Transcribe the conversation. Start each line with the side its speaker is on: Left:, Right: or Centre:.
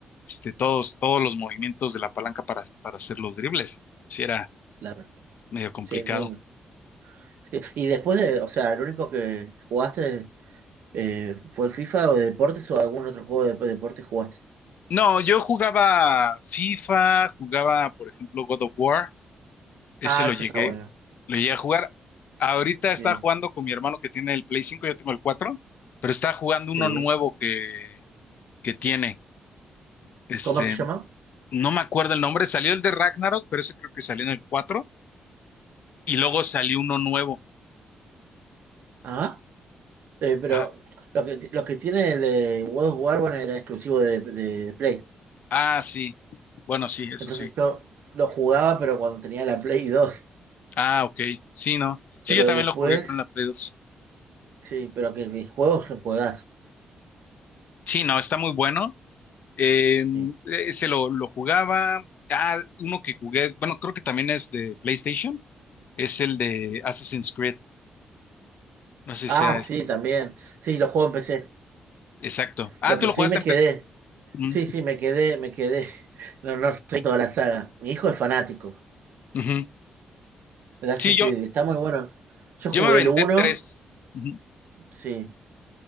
Left: este, todos, todos los movimientos de la palanca para, para hacer los dribles, sí era
Right: Claro,
Left: medio complicado.
Right: sí, entiendo. Sí, Y después de, o sea, el único que jugaste Eh, ¿fue el FIFA o de deportes o algún otro juego de deportes jugaste?
Left: No, yo jugaba FIFA, jugaba por ejemplo God of War, ese
Right: Ah,
Left: lo
Right: eso
Left: llegué,
Right: está bueno.
Left: lo llegué a jugar. Ahorita está
Right: Sí,
Left: jugando con mi hermano que tiene el Play 5, yo tengo el 4, pero está jugando
Right: sí.
Left: uno nuevo que, que tiene. Este,
Right: ¿Cómo se llama?
Left: no me acuerdo el nombre, salió el de Ragnarok, pero ese creo que salió en el 4 y luego salió uno nuevo.
Right: Ah, eh, pero
Left: Ajá.
Right: lo que, lo que tiene el de World of War, bueno, era exclusivo de, de- de Play.
Left: Ah, sí. Bueno, sí, eso
Right: Entonces
Left: sí.
Right: yo lo jugaba, pero cuando tenía la Play 2.
Left: Ah, ok. Sí, no. Sí,
Right: Pero
Left: yo también
Right: después,
Left: lo jugué con la Play dos.
Right: sí, pero que mis juegos son juegas.
Left: Sí, no, está muy bueno. Eh,
Right: Sí.
Left: ese lo, lo jugaba. Ah, uno que jugué, bueno, creo que también es de PlayStation, es el de Assassin's Creed. No sé
Right: Ah,
Left: si sea es-
Right: sí, también. Sí, los juegos en PC.
Left: exacto. Ah,
Right: Lo que
Left: tú lo
Right: sí
Left: jugaste
Right: me
Left: en
Right: quedé.
Left: PC. Mm,
Right: Sí, sí, me quedé, me quedé. <laughs> No, no soy toda la saga. Mi hijo es fanático.
Left: ujú.
Right: El Assassin's
Left: Sí, yo,
Right: Creed, está muy bueno. Yo jugué
Left: yo me aventé
Right: el uno
Left: tres ujú,
Right: sí,